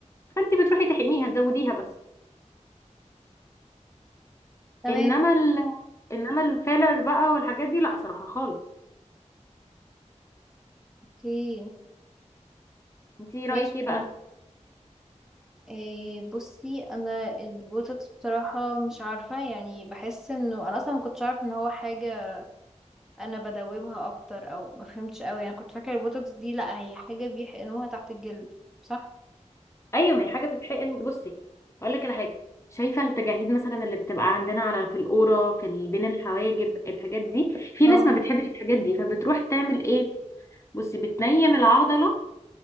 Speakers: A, on the left; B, in the centre.
A: فانت بتروحي تحقنيها تزوديها بس
B: تمام
A: انما ال... انما الفيلر بقى والحاجات دي لا صراحه خالص
B: اوكي
A: انتي رايك
B: ماشي
A: ايه
B: فهمت.
A: بقى
B: إيه بصي انا البوتوكس بصراحة مش عارفة يعني بحس انه انا اصلا ما كنتش عارف ان هو حاجة انا بدوبها اكتر او ما فهمتش قوي يعني كنت فاكرة البوتوكس دي لا هي حاجة بيحقنوها تحت الجلد صح
A: ايوه ما هي حاجه بتتحقن بصي اقول لك على حاجه شايفه التجاعيد مثلا اللي بتبقى عندنا على في القوره في ال- بين الحواجب الحاجات دي في
B: اه
A: ناس ما بتحبش الحاجات دي فبتروح تعمل ايه بصي بتنيم العضله